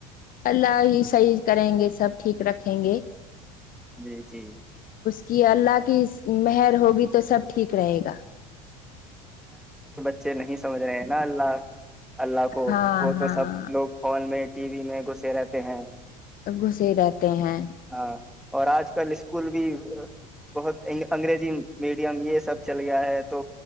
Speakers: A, on the left; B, in the centre.
A: اللہ ہی صحیح کریں گے سب ٹھیک رکھیں گے
B: جی جی
A: کہ اللہ کی مہر ہوگی تو سب ٹھیک رہے گا
B: اچھے نہیں سمجھ رہے ہیں نا اللہ اللہ کو
A: ہاں
B: وہ
A: ہاں
B: تو سب لوگ فون میں ٹی وی میں گھسے رہتے ہیں
A: گھسے رہتے ہیں
B: ہاں اور آج کل اسکول بھی بہت انگریزی میڈیم یہ سب چل گیا ہے تو